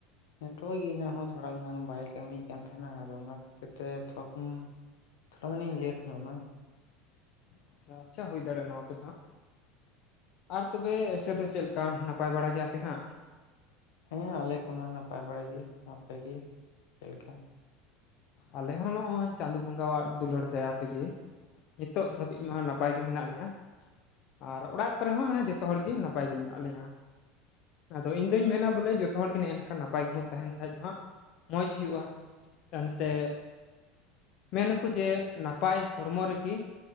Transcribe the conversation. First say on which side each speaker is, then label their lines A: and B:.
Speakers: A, on the left (about 75°); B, on the left (about 55°).
A: ᱱᱮᱴᱣᱟᱨᱠ ᱤᱧᱟᱹᱜ ᱦᱚᱸ ᱛᱷᱚᱲᱟ ᱜᱟᱱ ᱵᱟᱭ ᱠᱟᱹᱢᱤ ᱭᱮᱫ ᱠᱟᱱ ᱛᱟᱦᱮᱸᱱᱟ ᱟᱫᱚ ᱚᱱᱟ <inaudible> ᱛᱷᱚᱲᱟ ᱜᱟᱱᱤᱧ ᱞᱮᱴ ᱧᱚᱜᱱᱟ
B: ᱟᱪᱪᱷᱟ ᱟᱪᱪᱷᱟ ᱦᱩᱭ ᱫᱟᱲᱮᱭᱟᱜ-ᱟ ᱱᱚᱣᱟ ᱠᱚᱫᱚ ᱦᱟᱸᱜ ᱟᱨ ᱛᱚᱵᱮ ᱮᱥᱮ ᱫᱚ ᱪᱮᱫ ᱞᱮᱠᱟ ᱱᱟᱯᱟᱭ ᱵᱟᱲᱟ ᱜᱮᱭᱟᱯᱮ ᱦᱟᱸᱜ
A: ᱦᱮᱸ ᱟᱞᱮ ᱠᱚᱢᱟ ᱱᱟᱯᱟᱭ ᱵᱟᱲᱟ ᱜᱤ ᱟᱯᱮᱜᱤ ᱪᱮᱫ ᱞᱮᱠᱟ
B: ᱟᱞᱮ ᱦᱚᱸ ᱱᱚᱜᱚᱭ ᱪᱟᱸᱫᱳ ᱵᱚᱸᱜᱟᱣᱟᱜ ᱫᱩᱞᱟᱹᱲ ᱫᱟᱭᱟ ᱛᱮᱜᱤ ᱱᱤᱛᱚᱜ ᱫᱷᱟᱹᱵᱤᱡ ᱢᱟ ᱱᱟᱯᱟᱭ ᱜᱮ ᱢᱮᱱᱟᱜ ᱞᱮᱭᱟ ᱟᱨ ᱚᱲᱟᱜ ᱠᱚᱨᱮ ᱦᱚᱸ ᱢᱟᱱᱮ ᱡᱚᱛᱚ ᱦᱚᱲ ᱜᱮ ᱱᱟᱯᱟᱭ ᱜᱮ ᱢᱮᱱᱟᱜ ᱞᱮᱭᱟ ᱟᱫᱚ ᱤᱧ ᱫᱩᱧ ᱢᱮᱱᱟ ᱵᱚᱞᱮ ᱡᱚᱛᱚ ᱦᱚᱲ ᱜᱮ ᱱᱮᱜ-ᱮ ᱱᱮᱝᱠᱟ ᱱᱟᱯᱟᱭ ᱜᱮᱵᱚᱱ ᱛᱟᱦᱮᱸᱱ ᱠᱷᱟᱡ ᱫᱚ ᱦᱟᱸᱜ ᱢᱚᱸᱡᱽ ᱦᱩᱭᱩᱜ-ᱟ ᱮᱱᱛᱮ ᱢᱮᱱᱟᱠᱩ ᱡᱮ ᱱᱟᱯᱟᱭ ᱦᱚᱲᱢᱚ ᱨᱤᱜᱤ